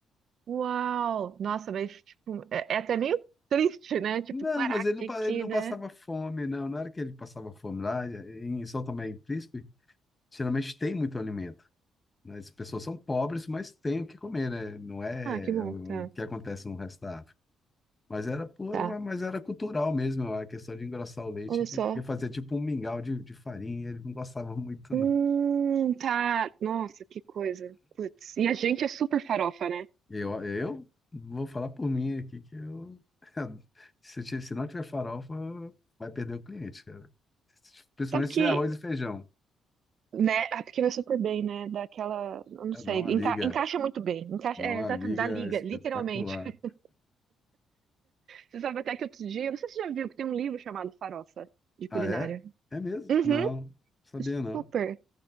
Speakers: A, on the right (about 65°); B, on the left (about 20°).
A: Uau! Nossa, mas, tipo, é, é até meio triste, né? Tipo,
B: Não,
A: caraca,
B: mas ele
A: tinha
B: não, pa-
A: que
B: ele não
A: ir, né?
B: passava fome, não. Na hora que ele passava fome lá, em São Tomé e Príncipe, geralmente tem muito alimento. né? As pessoas são pobres, mas têm o que comer, né? Não é
A: Ah, que bom,
B: o
A: tá.
B: o que acontece no resto da África. Mas era, por-
A: Tá.
B: mas era cultural mesmo, a questão de engrossar o leite,
A: Olha
B: de-
A: só.
B: porque fazia tipo um mingau de, de farinha, ele não gostava <laughs> muito,
A: Hum,
B: não.
A: tá. Nossa, que coisa. Putz. E a gente é super farofa, né?
B: Eu, eu vou falar por mim aqui que eu, <laughs> se, ti- se não tiver farofa, vai perder o cliente, cara. Se- Principalmente
A: Sabe que,
B: se tiver arroz e feijão.
A: né? Ah, porque vai super bem, né? Daquela. Eu não
B: É,
A: sei.
B: dá uma liga,
A: enca- encaixa muito bem. Encaixa,
B: dá
A: é,
B: uma
A: exatamente.
B: liga
A: Da liga,
B: espetacular.
A: literalmente. <laughs> Você sabe até que outro dia. eu Não sei se você já viu que tem um livro chamado Farofa, de
B: Ah,
A: culinária.
B: é? É mesmo?
A: Uhum.
B: Não, sabia não.
A: Super.